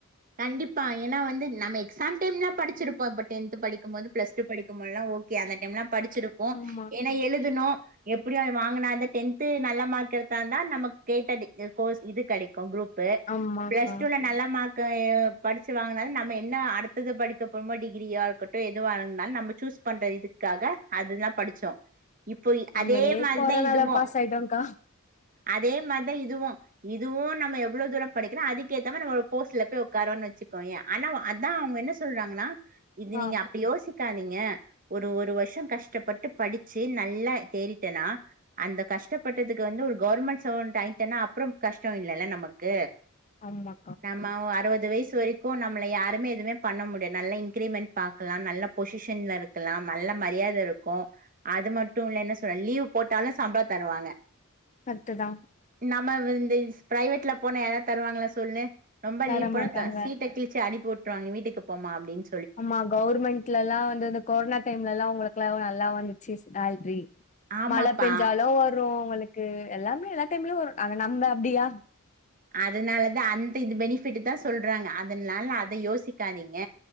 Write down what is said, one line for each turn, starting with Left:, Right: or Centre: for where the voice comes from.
Right: கண்டிப்பா ஏன்னா வந்து நம் எக்ஸாம் டைம்லா படிச்சிருப்போ இப்ப டென்த் படிக்கும் போது பிளஸ் டூ படிக்கும்போதுல்லா ஓகே அந்த டைம்லாம் படிச்சிருப்போம்
Left: ஆமா
Right: ஏன்னா எழுதனும் எப்படிய வாங்கினா அந்த டென்து நல்ல மார்க் எடுத்தாந்தான் நமக்கு கேட்ட கோர்ஸ் இது கிடைக்கும் குரூப் பு
Left: ஆமாக்கா
Right: பிளஸ் டூல நல்ல மார்க் கா ஏ படிச்சு வாங்கினால நம்ப என்ன அடுத்தது படிக்க போறோமோ டிகிரியா இருக்கட்டோ எதுவா இருனாலு நம்ப சூஸ் பண்ற இதுக்காக அதுதான் படிச்சோ இப்போ
Left: நம்மளே
Right: அதே மாரிதா
Left: கொரோனாள
Right: இதுவு
Left: பாஸ் ஆயிட்டோன்க
Right: அதே மாரிதா இதுவு இதுவு நம்ம எவ்ளோ தூரம் படிக்கிறோ அதுக்கேத்த மாரி நம்ம போஸ்ட்ல போய் உக்காருவொன் வச்சுக்கோயே ஆனா அதா அவுங்க என்ன சொல்றாங்கனா இது
Left: ஆ
Right: நீங்க அப்டியோசி க்காதிங்க ஒரு ஒரு வருஷ கஷ்டப்பட்டு படிச்சு நல்லா தேரிட்டனா அந்த கஷ்டப்பட்டதுக்கு வந்து ஒரு கவர்மெண்ட் சர்வன்ட் ஆயிட்டன்னா அப்றம் கஷ்டொ இல்லல்ல நமக்கு
Left: ஆமா
Right: நம்ம ஒ அறுவது வயசு வரைக்கு ந ம்மல யாருமே எதுமே பண்ண முடியா நல்லா இன்கிரிமெண்ட் பாக்கலா நல்ல பொஷிஷன்ல இருக்கலா நல்ல மரியாத இருக்கூ அது மட்டுல்ல என்ன சொ லீவ் போட்டாலு சம்பள தருவாங்க
Left: கர்ட்டுதா
Right: நம்ம வி இந்த ஸ் ப்ரைவேட்ல போன யாரா தருவாங்களா சொல்லு ரொம்ப
Left: தர
Right: லீவ் போட்ட
Left: மாட்டாங்க
Right: த சீட்டக் கிழிச்சி அனிப்பிவுட் டுவாங்க வீட்டுக்கு போமா அப்டின்
Left: ஆமா கவுர்மெண்ட்லல்லா வந்துந்த கொரோனா டைம்லல்லா அவுங்கள <unintelligible> நல்லா வந்துச்சு <unintelligible> <unintelligible>
Right: ஆமாப்பா
Left: மழ பெஞ்சாலு வரு உங்களுக்கு எல்லாமே எல்லா டைம்லயு வரு ஆனா நம்ப அப்டியா
Right: அதுனாலதா அந்த இந்த பெனிஃபிட்டு்தா சொல்றாங்க அதுனால அத யோசிக்காதீங்க